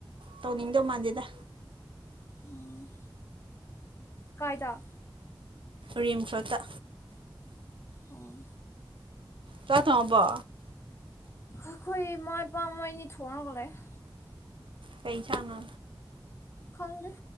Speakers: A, on the right (about 70°); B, on the left (about 30°).
A: ꯇꯧꯅꯤꯡꯗꯧ ꯃꯥꯟꯗꯦꯗ
B: ꯎꯝ ꯀꯥꯏꯗ
A: ꯔꯤꯝꯁ ꯔꯣꯠꯇ
B: ꯑꯣ
A: ꯆꯥꯛ ꯊꯣꯡꯉꯕꯣ
B: ꯑꯈꯣꯏ ꯏꯃꯥ ꯏꯄꯥ ꯃꯣꯏꯅꯤ ꯊꯣꯡꯔꯒ ꯂꯩꯌꯦ
A: ꯀꯩ ꯢꯟꯖꯥꯡꯅꯣ
B: ꯈꯪꯗꯦ